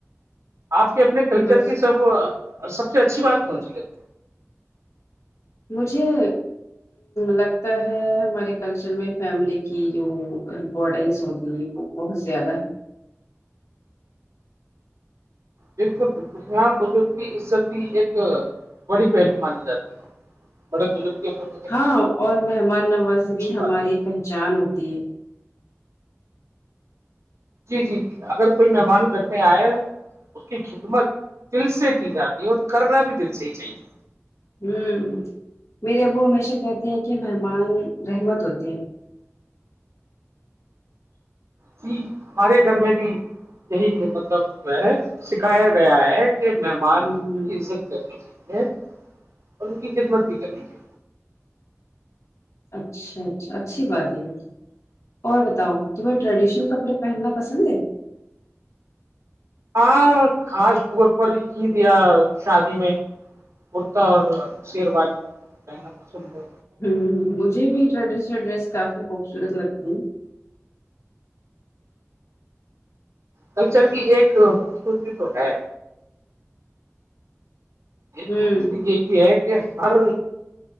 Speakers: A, on the right (about 85°); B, on the left (about 75°).
A: آپ کے اپنے کلچر
B: بس
A: کی سب اور سب سے اچھی بات کون سی لگ ہے
B: مجھے لگتا ہے ہمارے کلچر میں فیملی کی جو امپورٹینس ہوتی ہے وہ بہت زیادہ ہے
A: بالکل بالکل یہاں بزرگ کی عزت بھی ایک بڑی پہلو مانی جاتی ہے بڑے ستی <unintelligible>
B: ہاں اور مہمان نوازی بھی ہماری
A: بات ہے
B: پہچان ہوتی ہے
A: جی جی جی اگر کوئی مہمان گھر میں آئے اس کی خدمت دل سے کی جاتی ہے اور کرنا بھی دل سے ہی چاہیے
B: ہوں میرے ابو ہمیشہ کہتے ہیں کہ مہمان رحمت ہوتے ہیں
A: ج ہمارے گھر میں بھی یہی مطلب سکھایا گیا ہے کے مہمان
B: ہ
A: کی عزت کرنی چاہیے اور ان کی خدمت بھی
B: ہ
A: کرنی چاہیے
B: اچھا اچھا اچھی بات ہے یہ تو اور بتاؤ تمہیں ٹریڈیشنل کپڑے پہننا پسند ہے
A: ہاں خاص طور پر عید یا شادی میں کرتا اور شیروانی کہنا پسند ہو
B: ہ مجھے بھی ٹریڈیشنل ڈریس کافی خوبصورت لگتی ہیں
A: کلچر کی ایک خوبصورتی تو ہے ایک
B: ہ
A: تو کشتی یہ بھی ہے <unintelligible> ہر